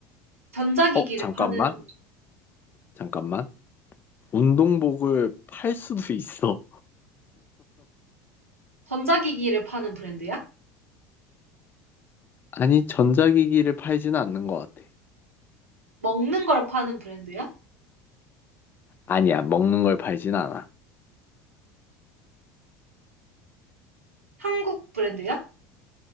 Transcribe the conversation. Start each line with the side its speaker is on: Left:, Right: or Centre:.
Right: 전자기기를
Left: 어, 잠깐만.
Right: 파는,
Left: 잠깐만. 운동복을 팔 수도 <laughs> 있어.
Right: 전자기기를 파는 브랜드야?
Left: 아니, 전자기기를 팔지는 않는 것 같아.
Right: 먹는 걸 파는 브랜드야?
Left: 아니야, 먹는 걸 팔진 않아.
Right: 한국 브랜드야?